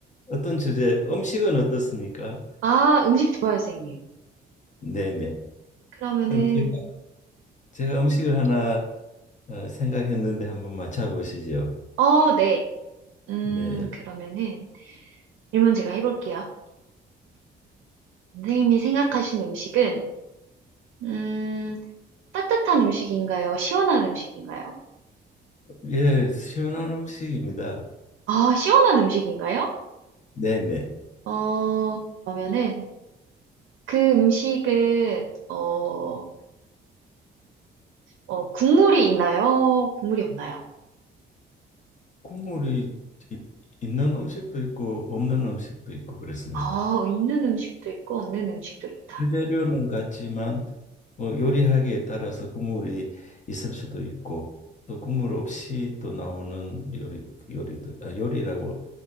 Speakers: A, on the left; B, on the right.
A: 어떤 주제 음식은 어떻습니까?
B: 아, 음식 좋아요, 선생님.
A: 네네.
B: 그러면은,
A: 그럼 제가, 제가 음식을 하나 어, 생각했는데 한번 맞춰보시죠.
B: 어, 네. 음,
A: 네.
B: 그러면은, 질문 제가 해볼게요. 선생님이 생각하신 음식은, 음, 따뜻한 음식인가요? 시원한 음식인가요?
A: 예, 시원한 음식입니다.
B: 아, 시원한 음식인가요?
A: 네네.
B: 어, 그러면은, 그 음식은, 어, 어, 국물이 있나요? 국물이 없나요?
A: 국물이 이- 있는 음식도 있고 없는 음식도 있고 그렇습니다.
B: 아, 있는 음식도 있고 없는 음식도 있다.
A: 주재료는 같지만 뭐 요리하기에 따라서 국물이 있을 수도 있고 또 국물 없이 또 나오는 요리 요리도 아, 요리라고